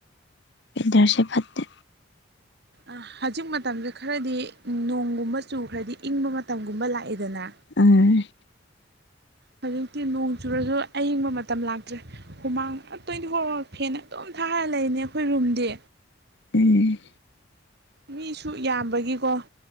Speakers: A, on the left; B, on the right.
A: ꯐꯗꯔꯁꯦ ꯐꯠꯠꯇꯦ
B: <inaudible> ꯍꯧꯖꯤꯛ ꯃꯇꯝꯁꯦ ꯈꯔꯗꯤ ꯅꯣꯡꯒꯨꯝꯕ ꯆꯨ ꯈꯔꯗꯤ ꯏꯪꯕ ꯃꯇꯝꯒꯨꯝꯕ ꯂꯥꯛꯑꯦꯗꯅ
A: ꯑ
B: ꯍꯧꯖꯤꯛꯇꯤ ꯅꯣꯡ ꯆꯨꯔꯁꯨ ꯑꯌꯤꯡꯕ ꯃꯇꯝ ꯂꯥꯛꯇ꯭ꯔꯦ ꯍꯨꯃꯥꯡ ꯇ꯭ꯋꯦꯟꯇꯤ ꯐꯣꯔ ꯑꯋꯥꯔ ꯐꯦꯟ ꯑꯗꯨꯝ ꯊꯥꯈꯔ ꯂꯩꯅꯦ ꯑꯩꯈꯣꯏ ꯔꯨꯝꯗꯤ
A: ꯑ
B: ꯃꯤꯁꯨ ꯌꯥꯝꯕꯒꯤꯀꯣ